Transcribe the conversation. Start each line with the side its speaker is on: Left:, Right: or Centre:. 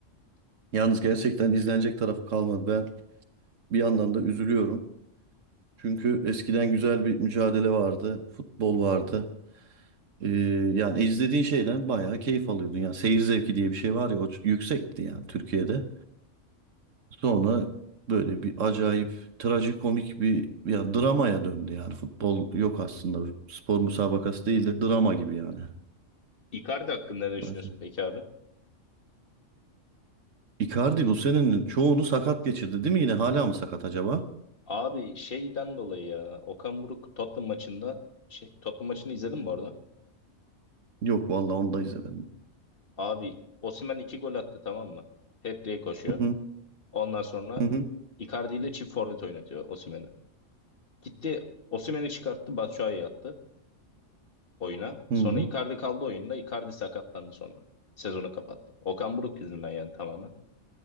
Right: Yalnız gerçekten izlenecek tarafı kalmadı. Ben bir yandan da üzülüyorum. Çünkü eskiden güzel bir mücadele vardı. Futbol vardı. Ee, yani izlediğin şeyden bayağı keyif alıyordun. Yani seyir zevki diye bir şey var ya o ç- yüksekti yani Türkiye'de. Sonra böyle bir acayip trajikomik bir ya dramaya döndü yani. Futbol yok aslında. Spor müsabakası değil de drama gibi yani.
Left: Icardi hakkında ne düşünüyorsun
Right: Zaten.
Left: peki abi?
Right: Icardi bu senenin çoğunu sakat geçirdi değil mi? Yine hala mı sakat acaba?
Left: Abi şeyden dolayı ya Okan Buruk Tottenham maçında şey Tottenham maçını izledin mi orada?
Right: Yok vallahi onu da izlemedim.
Left: Abi Osimhen iki gol attı tamam mı? Hat-trick koşuyor.
Right: Hı hı,
Left: Ondan sonra
Right: hı hı,
Left: Icardi ile çift forvet oynatıyor Osimhen'i. Gitti Osimhen'i çıkarttı Batshuayi'yi attı. oyuna.
Right: hı
Left: Sonra
Right: hı.
Left: Icardi kaldı oyunda. Icardi sakatlandı sonra. Sezonu kapattı. Okan Buruk yüzünden yani tamamen.